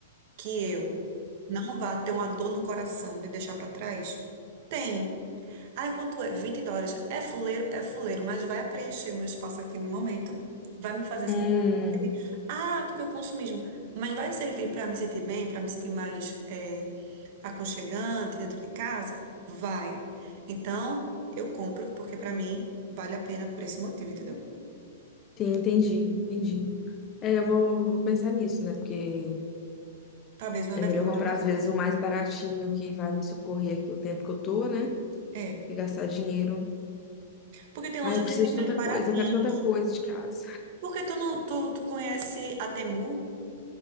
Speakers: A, on the right; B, on the left.
A: que eu não vá ter uma dor no coração de deixar pra trás? Tem. Ah, quanto é? 20 dólares. É fuleiro, é fuleiro, mas vai preencher meu espaço aqui no momento. Vai me fazer assim.
B: Hum,
A: Ah, porque o consumismo. Mas vai servir para me sentir bem, para me sentir mais eh, aconchegante dentro de casa? Vai. Então, eu compro, porque para mim vale a pena por esse motivo, entendeu?
B: sim, entendi, entendi. É, eu vou, vou pensar nisso, né? Porque
A: Talvez uma
B: é
A: versão
B: melhor
A: mais
B: comprar,
A: barata.
B: às vezes, o mais baratinho que vai me socorrer aqui o tempo que eu tô, né?
A: É.
B: E gastar dinheiro.
A: Porque tem loja
B: Ah, eu preciso
A: que vende
B: de tanta
A: uns baratinhos.
B: coisa, eu quero tanta coisa de casa.
A: Por que tu não, tu, tu conhece a Temu?